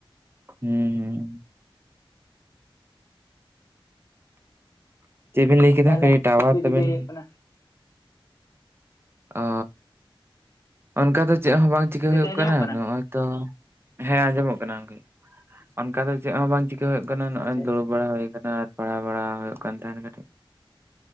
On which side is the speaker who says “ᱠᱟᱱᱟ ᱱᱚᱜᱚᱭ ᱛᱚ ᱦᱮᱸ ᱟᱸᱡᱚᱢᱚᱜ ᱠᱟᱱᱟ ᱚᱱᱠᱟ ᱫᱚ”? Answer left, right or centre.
Right